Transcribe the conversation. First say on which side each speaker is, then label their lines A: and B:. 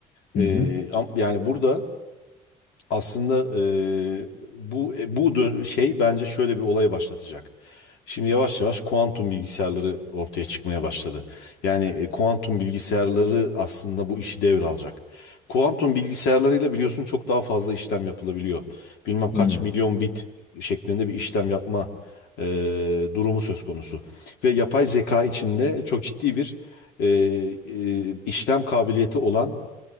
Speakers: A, on the left (about 80°); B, on the left (about 45°).
A: E,
B: Hı hı.
A: am- yani burada Aslında e, bu e, bu dö- şey bence şöyle bir olaya başlatacak. Şimdi yavaş yavaş kuantum bilgisayarları ortaya çıkmaya başladı. Yani e, kuantum bilgisayarları aslında bu işi devralacak. Kuantum bilgisayarlarıyla biliyorsun çok daha fazla işlem yapılabiliyor. Bilmem kaç
B: Hı.
A: milyon bit şeklinde bir işlem yapma e, durumu söz konusu. Ve yapay zeka içinde çok ciddi bir e, e, işlem kabiliyeti olan